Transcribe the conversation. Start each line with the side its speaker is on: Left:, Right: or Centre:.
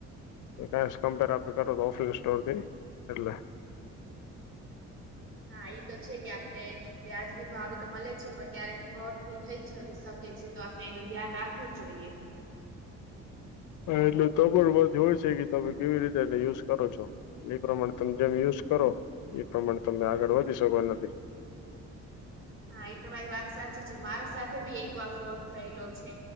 Left: ક કમ્પેર આપ કરતો ઓફિ સ્ટોરથી એટલે.
Right: હા એઈ તો છે કે આપને. વ્યાજબી ભાવે તો મળે છે પણ ક્યારેક ફ્રોડ ભી થઈ શકે છે તો આપને એનું ધ્યાન રાખવું જોઈએ.
Left: હા એટલે તમાબર બધ હોય છે કે તમે કેવી રીતે એને યુઝ કરો છો. એ પ્રમાણે તમે જેમ યુઝ કરો એ પ્રમાણે તમે આગળ વધી શકો એ નથી.
Right: હા એ તમારી વાત સાચી છે મારા સાથે ભી એકવાર ફ્રોડ થયેલો છે.